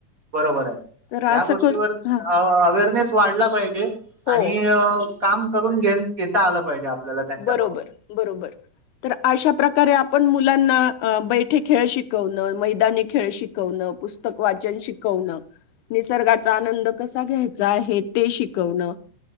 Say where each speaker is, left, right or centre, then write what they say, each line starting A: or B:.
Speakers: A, on the right; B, on the left.
A: बरोबर आहे.
B: तर
A: ह्या
B: असं
A: गोष्टीवर
B: कर हा
A: अवेअरनेस वाढला पाहिजे
B: हो
A: आणि अ काम करून घेन घेता आलं पाहिजे. आपल्याला त्यांच्याकडून
B: बरोबर बरोबर तर अशा प्रकारे आपण मुलांना अ बैठे खेळ शिकवणं मैदानी खेळ शिकवणं पुस्तक वाचन शिकवणं. निसर्गाचा आनंद कसा घ्यायचा आहे. ते शिकवण